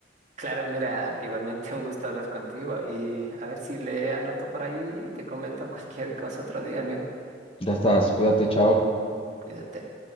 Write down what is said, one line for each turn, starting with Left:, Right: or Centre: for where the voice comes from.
Right: Claro, mira, igualmente <laughs> un gusto hablar contigo y a ver si le anoto por ahí y te comento cualquier cosa otro día, amigo.
Left: Ya estás, cuídate, chao.
Right: Cuídate.